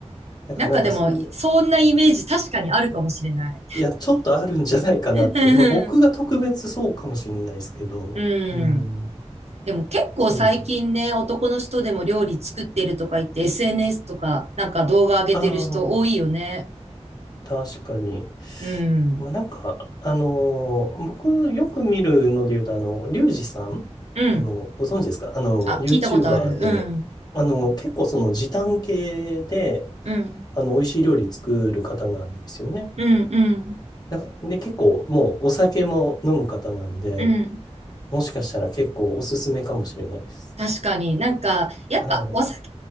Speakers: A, on the left; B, on the right.
A: だからなんかそう、
B: なんかでも、そんなイメージ確かにあるかもしれない。
A: いや、ちょっとあるんじゃないかなっていう。
B: うん。
A: まあ僕が特別そうかもしれないですけど、
B: うん
A: うん、
B: でも結構最近ね、
A: そうなんだ。
B: 男の人でも料理作ってるとか言って SNS とかなんか動画上げてる人多いよね。
A: ああ。確かに。
B: うん。
A: まあ、なんか、あのー僕よく見るので言うと、あの、リュウジさん、
B: うん。
A: あの、ご存知ですかあの、
B: あ、
A: YouTuber
B: 聞いたことある。
A: で、
B: うん。
A: あの、結構その時短系で、
B: うん。
A: あの、美味しい料理作る方なんですよね。
B: うん。うん。
A: なんか、で、結構もうお酒も飲む方なんで、
B: うん。
A: もしかしたら結構おすすめかもしれないです。
B: 確かになんか、やっぱお酒
A: は